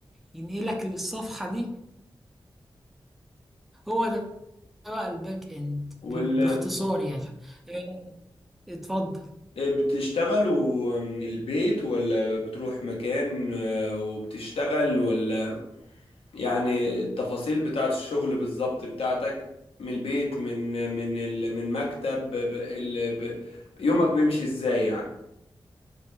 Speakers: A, in the centre; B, on the left.
A: ينقلك للصفحة دي هو ده بقى الباك اند
B: ولا
A: ب- باختصار يعني إيه، اتفضل
B: إيه، بتشتغلوا من البيت ولا بتروح مكان آه، وبتشتغل ولا يعني التفاصيل بتاعت الشغل بالظبط بتاعتك من البيت من من ال... من مكتب ب... ب... ال... ب... يومك بيمشي ازاي يعني